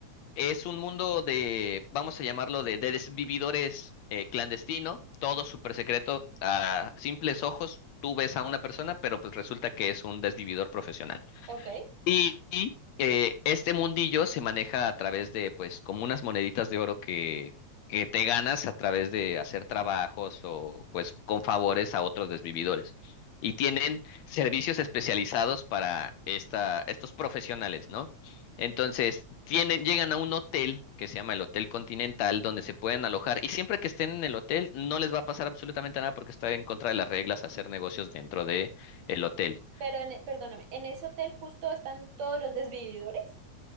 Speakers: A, on the left (about 70°); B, on the right (about 65°).
A: es un mundo de, vamos a llamarlo, de, de desvividores eh, clandestino, todo súper secreto, a simples ojos. Tú ves a una persona, pero pues resulta que es un desvividor profesional.
B: Ok.
A: Y, y, eh, este mundillo se maneja a través de, pues, como unas moneditas de oro que, que te ganas a través de hacer trabajos o, pues, con favores a otros desvividores. Y tienen servicios especializados para esta, estos profesionales, ¿no? Entonces, tienen, llegan a un hotel que se llama el Hotel Continental, donde se pueden alojar. Y siempre que estén en el hotel, no les va a pasar absolutamente nada porque está en contra de las reglas hacer negocios dentro de el hotel.
B: Pero, en, e, perdóname, ¿en ese hotel justo están todos los desvividores?